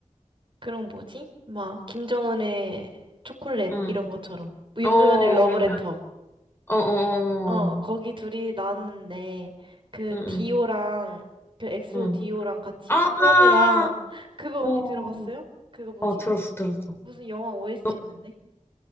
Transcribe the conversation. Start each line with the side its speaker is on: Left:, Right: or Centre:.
Right: 그런 뭐지? 막, 김정은의 초콜릿
Left: 응.
Right: 이런 것처럼. 윤도현의
Left: 어, 어,
Right: 러브레터.
Left: 어, 어. 어.
Right: 어, 거기 둘이 나왔는데, 그,
Left: 응, 응,
Right: 디오랑, 그 엑소
Left: 응.
Right: 디오랑 같이
Left: 아,
Right: 수연이랑, <laughs> 그거
Left: 어,
Right: 언니 들어봤어요? 그거 뭐지?
Left: 어, 들었어, 들었어.
Right: 무슨 영화 OST였는데?
Left: 너,